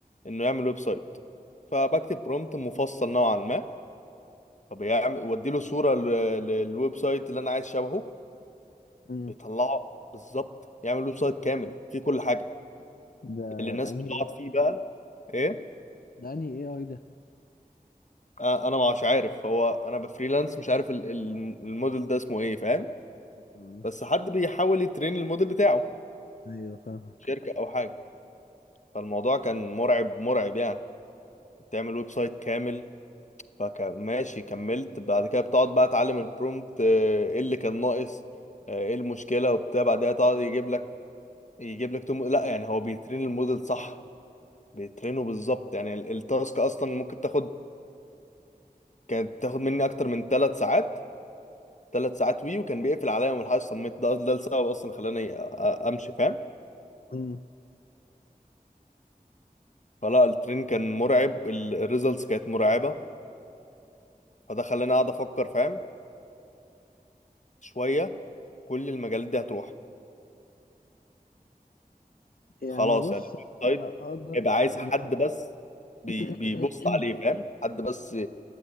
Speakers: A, on the left; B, on the left.
A: إنه يعمل ويب سايت فبكتب برومبت مفصل نوعا ما فبيعمل وديله صورة ل- ل- للويب سايت اللي أنا عايز شبهه
B: أمم.
A: بيطلعه بالظبط يعمل ويب سايت كامل فيه كل حاجة
B: ده
A: اللي الناس
B: أنهي
A: بتقعد
B: إيه
A: فيه
B: آي؟
A: بقى إيه
B: ده أنهي إيه أي ده
A: آه، أنا مش عارف هو أنا بفريلانس مش عارف ال- ال- الموديل ده اسمه إيه فاهم
B: أمم.
A: بس حد بيحاول يترين الموديل بتاعه
B: أيوه فاهمك
A: شركة او حاجة فالموضوع كان مرعب مرعب يعني بتعمل ويب سايت كامل فكان ماشي كملت بعد كده بتقعد بقى تعلم البرومت آه، ايه اللي كان ناقص آه، ايه المشكلة وبتاع بعدها تقعد يجيب لك يجيب لك توم لا يعني هو بيترين الموديل صح بيترينه بالظبط يعني ال- التاسك اصلا ممكن تاخد كانت تاخد مني اكتر من ثلاث ساعات ثلاث ساعات وي وكان بيقفل عليا من الحاجة الصمت ده ده السبب اصلا خلاني أ- أ- امشي فاهم
B: أمم.
A: فلا الترين كان مرعب الريزلتس كانت مرعبة فده خلاني اقعد افكر فاهم شوية كل المجالات دي هتروح
B: يعني
A: خلاص
B: بص
A: يعني الويب
B: انا
A: سايت
B: اقدر
A: هيبقى عايز
B: انا
A: حد بس بي
B: <coughs>
A: بيبص
B: <clears throat>
A: عليه فاهم حد بس